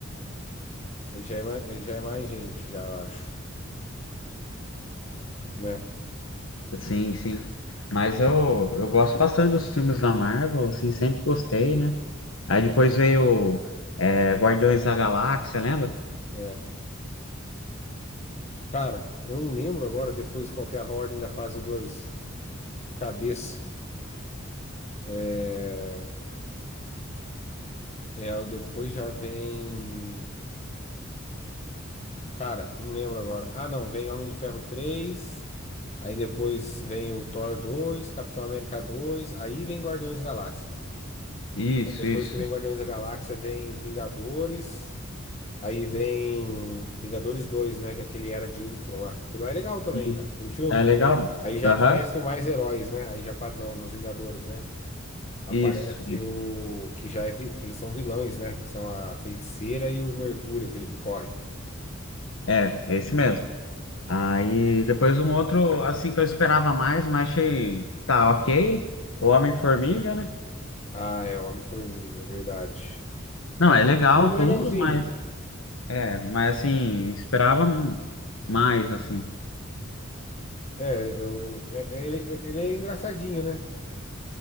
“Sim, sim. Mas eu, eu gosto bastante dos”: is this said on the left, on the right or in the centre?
Left